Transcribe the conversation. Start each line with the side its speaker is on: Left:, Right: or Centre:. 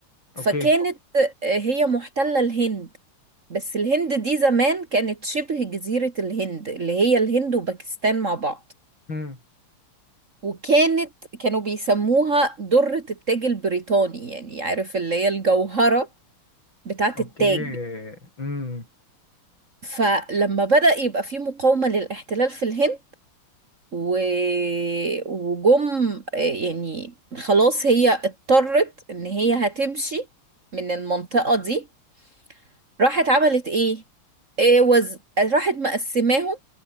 Left: اوكي
Right: فكانت آه، هي محتلة الهند بس الهند دي زمان كانت شبه جزيرة الهند اللي هي الهند وباكستان مع بعض
Left: امم
Right: وكانت كانوا بيسموها درة التاج البريطاني يعني عارف اللي هي الجوهرة بتاعة
Left: اوكي
Right: التاج
Left: امم
Right: فلما بدأ يبقى في مقاومة للاحتلال في الهند و... وجم آه، يعني خلاص هي اضطرت ان هي هتمشي من المنطقة دي راحت عملت ايه؟ إيه وز... راحت مقسماهم